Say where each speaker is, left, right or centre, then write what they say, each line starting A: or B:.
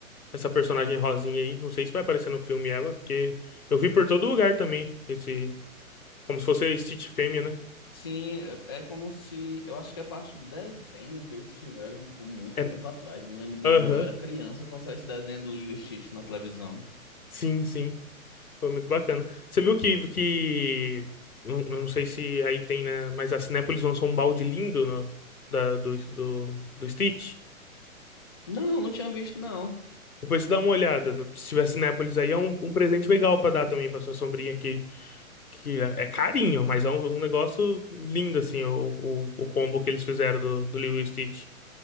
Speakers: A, on the left; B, on the left.
A: essa personagem rosinha aí, não sei se vai aparecer no filme ela, porque eu vi por todo lugar também, esse, como se fosse a Stitch fêmea, né?
B: Sim, é é como se. Eu acho que é parte do desenho que eles tiveram, tipo, muito
A: É,
B: tempo atrás. Eu me lembro de
A: Aham,
B: quando eu era criança passar esse desenho do Lilo e Stitch na televisão.
A: Sim, sim. Foi muito bacana. Você viu que, que eu eu não sei se aí tem, né? Mas a Cinépolis lançou um balde lindo no, da, do, do, do Stitch.
B: Não, não tinha visto, não.
A: Depois você dá uma olhada. no- Se tiver Cinépolis aí, é um, um presente legal pra dar também pra sua sombrinha aqui. Que é é carinho, mas é um, um negócio lindo, assim, o, o, o combo que eles fizeram do, do Lilo e Stitch.